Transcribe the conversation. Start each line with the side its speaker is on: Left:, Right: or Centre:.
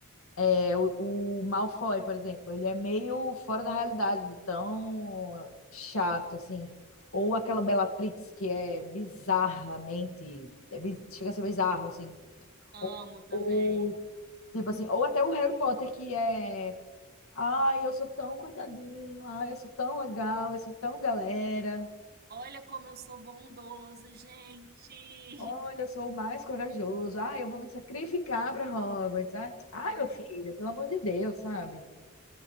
Left: é, o, o Malfoy, por exemplo, ele é meio fora da realidade, de tão chato, assim. Ou aquela Bellatrix, que é bizarramente, é bi- chega a ser bizarro, assim.
Right: Amo
Left: Ou,
Right: também.
Left: ou, tipo assim, ou até o Harry Potter, que é. Ai, eu sou tão coitadinho, ai, eu sou tão legal, eu sou tão galera.
Right: Olha como eu sou bondoso, gente.
Left: Olha,
Right: <laughs>
Left: eu sou o mais corajoso. Ah, eu vou me sacrificar para Hogwarts. Ai, ai,
Right: É.
Left: meu filho, pelo amor de Deus, sabe?